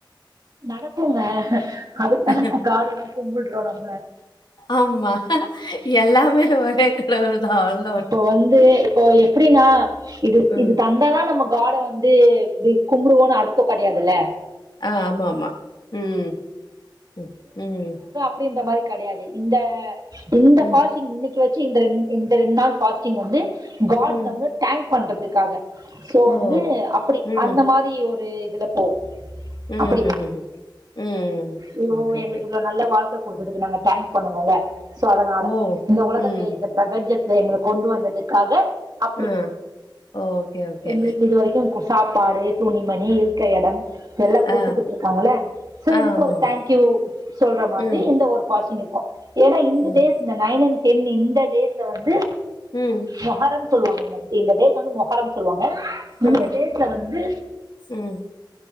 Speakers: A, on the right; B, on the left.
A: நடக்குங்க அதுக்கு தான
B: ம்.
A: ஹார்டெல்லா கும்புட்றோம் நம்ம
B: ஆமா எல்லாமே ஒரே லெவல் தால்
A: இப்போ வந்து இப்போ எப்புடின்னா இது
B: ம்.
A: இது தந்தாதான் நம்ம ஹாட வந் தே கும்புடுவோன் அர்த்தம் கெடையாதுல்ல
B: ஆ ஆமா ஆமா ம் ம் ம்
A: அப்புடி இந்த மாரி கெடையாது இந்த இந்த
B: ம்.
A: ஃபாஸ்டிங் இன்னைக்கு வச்சி இந்த இந்த ரெண்டு நாள் பாஸ் டிங் வந்து ஹார்டு
B: ம்.
A: கிட்ட வந்து தேங்க் பண்றதுக்காக சோ
B: ஓ!
A: வந்து அப்புடி
B: ம்.
A: அந்த மா பொயி ஒரு இதுல போகும்
B: அ ம்
A: அப்படி
B: ம் ம்
A: ஐயோ
B: ஓகே
A: எங்களுக்கு
B: ஓகே
A: இவ்வளவு நல்ல வாழ்க்கை கொடுத்ததுக்கு நல்ல வாழ்க்க குடுக்கதுக்கு நம்ம தேங்க்ஸ் பண்ணனோல சோ அதனால
B: ஓ!
A: இந்த ஒலகத்தல
B: ம்.
A: இந்த பிரபஞ்சத் இத எங்கள கொண்டு வந்ததுக்காக அப்
B: ஆ ஓகே ஓகே.
A: எங்க வீட்டுல இது வரைக்கு சாப்பாடு துணிமணி இருக்க எடம் எல்லா
B: ஆ.
A: கூட்டுக்கிட்டு இருக்காங்கள சேரி
B: ஆ,
A: இதுக்கு
B: ஆமாம்.
A: ஒரு தேங்க்யூ சொல்ற மாதிரி
B: ம்.
A: இந்த ஒரு பாஷிங் இருக் ஏனா இந்த
B: ம்.
A: டேஸ் இந்த நைன் அண்ட் டேனு இந்த டேஸ்ல வந்து
B: ம்.
A: மொகரம் சொல்லுவாங்க இந்த டேஸ் வந்து மொகரம் சொல்லுவாங்க
B: ஆ.
A: இந்த டேஸ்ல வந்து
B: ம்